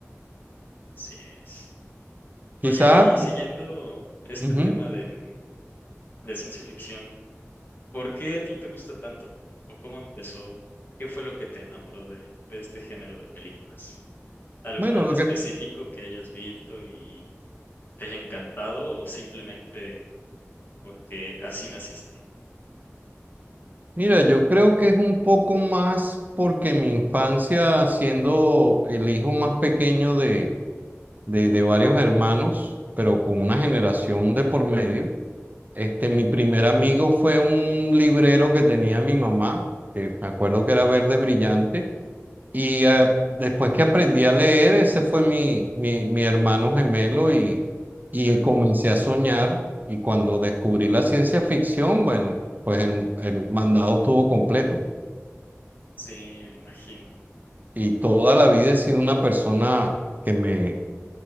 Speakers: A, on the left; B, on the right.
A: Así es. Oye,
B: Quizás,
A: y siguiendo este
B: ujú.
A: tema de, mm, de ciencia ficción, ¿por qué a ti te gusta tanto? ¿O cómo empezó? ¿Qué fue lo que te enamoró de, de este género de películas? ¿Alguna
B: Bueno,
A: en
B: lo
A: específico
B: que,
A: que hayas visto y te haya encantado o simplemente porque así naciste?
B: mira, yo creo que es un poco más porque mi infancia, siendo el hijo más pequeño de, de, de varios hermanos, pero con una generación
A: Ujú,
B: de por medio. Este, mi primer amigo fue un librero que tenía mi mamá, que me acuerdo que era verde brillante, y eh, después
A: ok.
B: que aprendí a leer, ese fue mi, mi, mi hermano gemelo y, y
A: <laughs>
B: comencé a soñar. Y cuando descubrí la ciencia ficción, bueno, pues el, el mandado estuvo completo.
A: Sí, me imagino.
B: Y toda la vida he sido una persona que me,